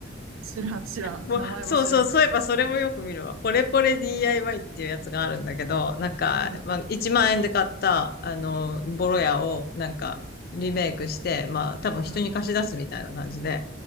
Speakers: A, on the right; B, on the left.
A: 知らん、知らん。
B: もうそうそう、
A: 名前は知らんけど。
B: そういえばそれもよく見るわ。ポレポレ DIY っていうやつがあるんだけど、なんか、
A: うん、
B: まあ、1万円で買った、あの、ボロ屋を、なんか、リメイクして、まあ、多分人に貸し出すみたいな感じで、
A: うん、